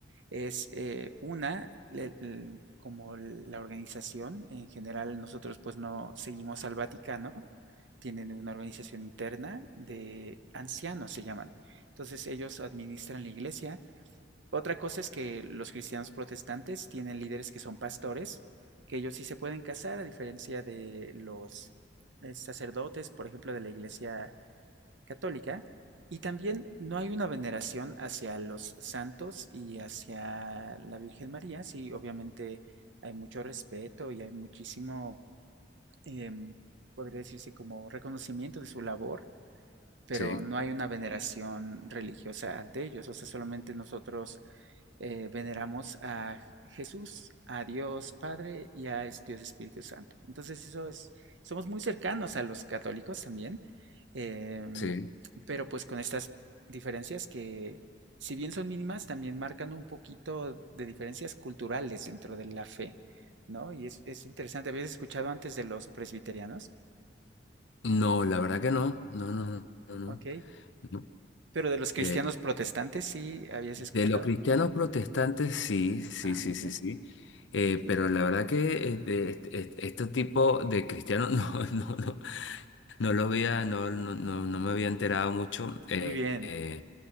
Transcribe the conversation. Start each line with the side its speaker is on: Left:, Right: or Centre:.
Right: es eh, una, le- l- como la organización, en general nosotros pues no seguimos al Vaticano, tienen una organización interna de ancianos, se llaman. Entonces ellos administran la iglesia otra cosa es que los cristianos protestantes tienen líderes que son pastores, que ellos sí se pueden casar, a diferencia de los eh, sacerdotes, por ejemplo, de la Iglesia Católica. Y también no hay una veneración hacia los santos y hacia la Virgen María. Sí, obviamente hay mucho respeto y hay muchísimo, em, podría decirse como reconocimiento de su labor, pero
Left: sí,
Right: no hay una veneración religiosa ante ellos. O sea, solamente nosotros eh, veneramos a Jesús, a Dios Padre y a Dios Espíritu Santo. Entonces, eso es, somos muy cercanos a los católicos también, eh,
Left: sí.
Right: pero pues con estas diferencias que, si bien son mínimas, también marcan un poquito de diferencias culturales dentro de la fe, ¿no? Y es, es interesante, habías escuchado antes de los presbiterianos,
Left: No, la verdad que no, no, no, no, no.
Right: ok,
Left: no.
Right: pero de los cristianos
Left: Eh,
Right: protestantes sí habías
Left: De
Right: escuchado.
Left: los cristianos protestantes, sí, sí,
Right: Ah,
Left: sí,
Right: muy
Left: sí,
Right: bien,
Left: sí. Eh,
Right: ok,
Left: pero la verdad que eh, de este, este- este tipo de cristianos <laughs> no, no, no, no lo había, no, no, no, no me había enterado mucho. eh,
Right: muy bien,
Left: eh,